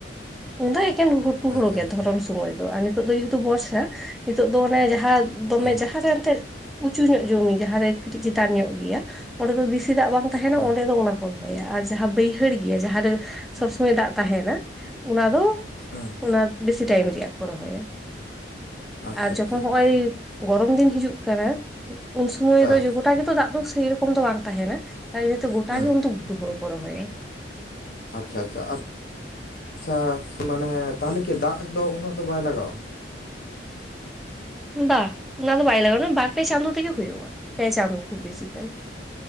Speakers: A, in the centre; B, on the left.
A: ᱩᱱ ᱫᱚ ᱮᱠᱮᱱ ᱜᱷᱩᱴᱩ
B: ᱟᱪᱪᱷᱟ
A: ᱦᱳᱲᱳ ᱜᱮ
B: ᱟᱪᱪᱷᱟ
A: ᱫᱷᱚᱨᱚᱢ ᱥᱚᱢᱚᱭ ᱫᱚ ᱟᱨ ᱱᱤᱛᱚᱜ ᱫᱚ ᱡᱮᱦᱮᱛᱩ ᱵᱚᱨᱥᱟ ᱱᱤᱛᱚᱜ ᱫᱚ ᱚᱱᱮ ᱡᱟᱦᱟᱸ ᱫᱚᱢᱮ
B: ᱦᱮᱸ
A: ᱡᱟᱦᱟᱸ ᱨᱮ ᱮᱱᱛᱮᱫ ᱩᱸᱪᱩ ᱧᱚᱜ ᱡᱚᱢᱤ ᱡᱟᱦᱟᱸ ᱨᱮ ᱠᱟᱹᱴᱤᱡ ᱪᱮᱛᱟᱱ ᱧᱚᱜ ᱜᱮᱭᱟ ᱚᱸᱰᱮ ᱫᱚ ᱵᱤᱥᱤ ᱫᱟᱜ ᱵᱟᱝ ᱛᱟᱦᱮᱱᱟ
B: ᱦᱩᱸ
A: ᱚᱸᱰᱮ ᱫᱚ ᱚᱱᱟ ᱨᱚᱦᱚᱭᱟ ᱟᱨ ᱡᱟᱦᱟᱸ ᱵᱟᱹᱭᱦᱟᱹᱲ ᱜᱮᱭᱟ ᱡᱟᱦᱟᱸ ᱨᱮ ᱥᱚᱵᱽ ᱥᱚᱢᱚᱭ ᱫᱟᱜ ᱛᱟᱦᱮᱸᱱᱟ ᱚᱱᱟ ᱫᱚ
B: ᱦᱩᱸ
A: ᱚᱱᱟ ᱵᱮᱥᱤ ᱴᱟᱭᱤᱢ ᱨᱮᱭᱟᱜ ᱠᱚ ᱨᱚᱦᱚᱭᱟ
B: ᱟᱪᱪᱷᱟ
A: ᱟᱨ ᱡᱚᱠᱷᱚᱱ
B: ᱟᱪᱪᱷᱟ ᱟᱪᱪᱷᱟ
A: ᱦᱚᱸᱜ-ᱚᱭ ᱜᱚᱨᱚᱢ ᱫᱤᱱ ᱦᱤᱡᱩᱜ ᱠᱟᱱᱟ ᱩᱱ ᱥᱚᱢᱚᱭ
B: ᱦᱮᱸ
A: ᱫᱚ ᱜᱚᱴᱟ ᱜᱮᱛᱚ ᱫᱟᱜ ᱫᱚ ᱥᱮ ᱨᱚᱠᱚᱢ ᱫᱚ ᱵᱟᱝ ᱛᱟᱦᱮᱸᱱᱟ ᱛᱟᱭ ᱤᱱᱟᱹ ᱛᱮ ᱜᱚᱴᱟ
B: ᱦᱩᱸ
A: ᱜᱮ ᱩᱱᱫᱚ ᱜᱷᱩᱴᱩ ᱦᱳᱲᱳ ᱠᱚ ᱨᱚᱦᱚᱭᱟ
B: ᱟᱪᱪᱷᱟ ᱟᱪᱪᱷᱟ ᱪᱷᱟ ᱢᱟᱱᱮ ᱛᱟᱦᱚᱞᱮ ᱠᱤ ᱫᱟᱜ ᱫᱚ ᱩᱱᱟᱹᱜ ᱫᱚ ᱵᱟᱭ ᱞᱟᱜᱟᱼᱟ
A: ᱵᱟ ᱚᱱᱟ ᱫᱚ ᱵᱟᱭ ᱞᱟᱜᱟᱜ ᱚᱱᱟ ᱵᱟᱨ ᱯᱮ ᱪᱟᱸᱫᱳ ᱛᱮᱜᱮ ᱦᱩᱭᱩᱜᱼᱟ ᱯᱮ ᱪᱟᱸᱫᱳ ᱠᱷᱩᱵ ᱵᱮᱥᱤ ᱠᱷᱟᱱ